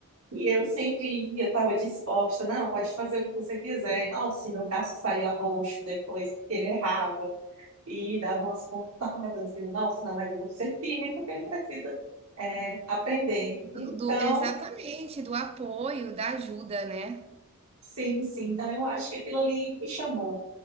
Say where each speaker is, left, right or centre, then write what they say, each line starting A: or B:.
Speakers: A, on the right; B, on the right.
A: E eu sempre ia, estava disposta. Não, pode fazer o que você quiser. Nossa, meu braço saía roxo depois, porque ele errava. E dava umas pontadas. E eu, nossa, não, mas eu vou ser firme, porque ele precisa, é, aprender. Então,
B: Do do exatamente, do apoio, da ajuda, né?
A: sim, sim. Então, eu acho que aquilo ali me chamou.